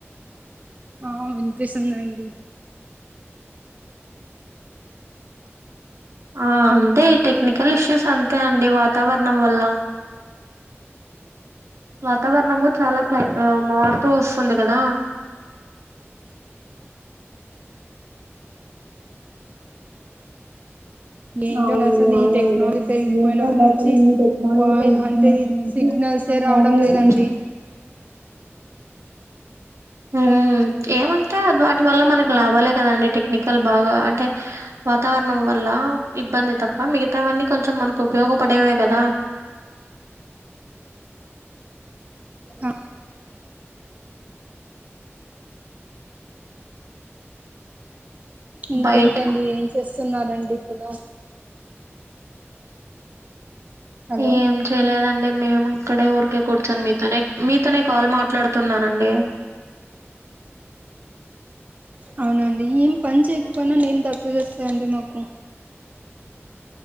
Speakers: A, on the right (about 35°); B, on the right (about 80°).
A: ఆ వినిపిస్తుందండి
B: ఆ అంతే ఈ టెక్నికల్ ఇష్యూస్ అంతే అండి వాతావరణం వల్ల వాతావరణము చాలా క్లై ఆ మారుతూ వస్తుంది కదా
A: ఏంటో
B: అవునండి
A: అసలు
B: అవునండి
A: ఈ టెక్నాలజీ పెరిగిపోయినప్పటి
B: ఏంటో
A: నుంచి
B: అసలు ఈ టెక్నాలజీ
A: వాయ్
B: పెరిగిపోయినప్పటి
A: అంటే
B: నుంచి
A: సిగ్నల్సే రావడం
B: వావ్
A: లేదండి
B: హ్మ్ ఏవంటే వాటి వల్ల మనకు లాభాలే కదండి టెక్నికల్ బాగా అంటే వాతావరణం వల్ల ఇబ్బంది తప్ప మిగతావన్నీ కొంచెం మనకు ఉపయోగపడేవే గదా
A: ఆ ఇంకేంటండి
B: బయట
A: ఏం చేస్తున్నారండి ఇప్పుడు హలో
B: ఏం చేయలేదండి మేము ఇక్కడే ఊరికే కూర్చొని మీతోనే మీతోనే కాల్ మాట్లాడుతున్నానండి
A: అవునాఅండి ఏం పని చేయకపోయినా నీళ్ళు దప్పికేస్తాదండి మాకు